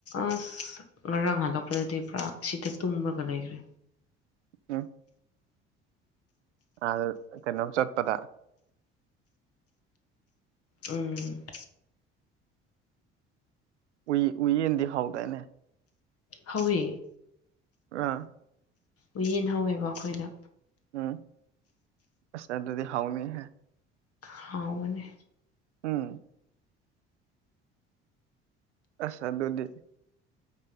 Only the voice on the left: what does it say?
ꯑꯁ ꯉꯔꯥꯡ ꯍꯜꯂꯛꯄꯗꯗꯤ ꯄꯨꯔꯥ ꯁꯤꯗ ꯇꯨꯝꯃꯒ ꯂꯩꯈ꯭ꯔꯦ
ꯎꯝ
ꯍꯧꯋꯦ
ꯎ ꯌꯦꯟ ꯍꯧꯋꯦꯕ ꯑꯩꯈꯣꯏꯗ
ꯍꯥꯎꯕꯅꯦ